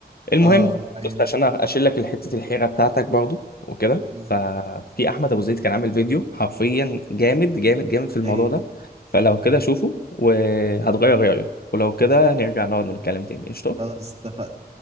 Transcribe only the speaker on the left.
المهم
بص عشان اشيل لك حته الحيره بتاعتك برضو وكده
ففي احمد ابو زيد كان عامل فيديو حرفيا جامد جامد جامد في الموضوع
ده فلو كده شوفه وهتغير رايك ولو كده نرجع نقعد نتكلم تاني قشطه